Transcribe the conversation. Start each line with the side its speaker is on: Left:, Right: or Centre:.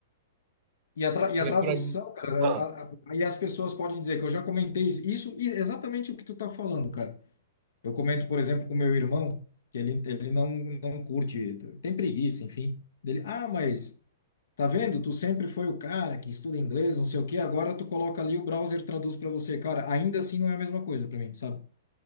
Left: E a, tra- e
Right: E
Left: a tradução,
Right: aí, para mim.
Left: cara,
Right: ah,
Left: a- a- e as pessoas podem dizer que eu já comentei isso, isso e exatamente o que tu tá falando, cara. Eu comento, por exemplo, com meu irmão, que ele, ele não, não curte, tem preguiça, enfim. Dele, ah, mas tá vendo? Tu sempre foi o cara que estuda inglês, não sei o quê, agora tu coloca ali o browser traduz para você. Cara, ainda assim não é a mesma coisa para mim, sabe?